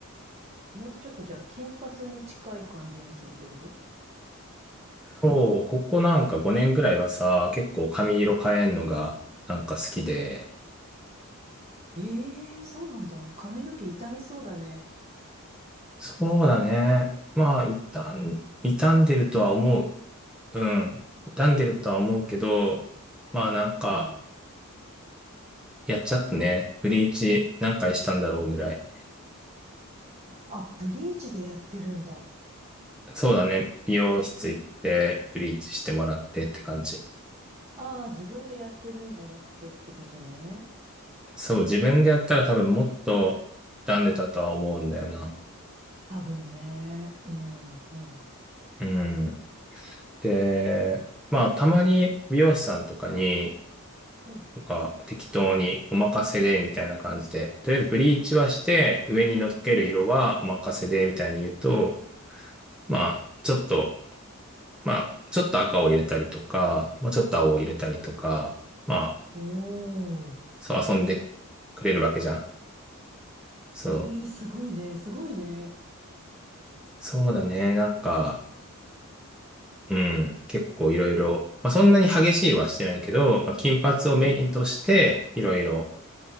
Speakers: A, on the right (about 30°); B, in the centre.
A: もうちょっとじゃあ金髪に近い感じにするってこと
B: そう、ここなんか5年ぐらいはさ、結構髪色変えんのがなんか好きで、
A: ええ、そうなんだ。髪の毛傷みそうだね。
B: そうだね。まあ、傷ん、傷んでるとは思う。うん。傷んでるとは思うけど、まあなんか、
A: うん。
B: やっちゃったね。ブリーチ何回したんだろうぐらい。
A: あ、ブリーチでやってるんだ。
B: そうだね。美容室行って、ブリーチしてもらってって感じ。
A: ああ、自分でやってるんじゃなくてってことね。
B: そう、自分でやったら多分もっと傷んでたとは思うんだよな。
A: 多分ね。うん、うん。
B: うん。で、まあ、たまに美容師さんとかに、
A: うん、
B: なんか適当にお任せでみたいな感じで、とりあえずブリーチはして上に乗っける色はお任せでみたいに言うと、
A: うん。
B: まあちょっと、まあちょっと赤を入れたりとか、まあちょっと青を入れたりとか、まあ
A: おー。
B: そう遊んでくれるわけじゃん。そう。
A: ええすごいね。すごいね。
B: そうだね。なんか、うん、結構いろいろ、まあそんなに激しい色はしてないけど、まあ金髪をメインとしていろいろ
A: うん。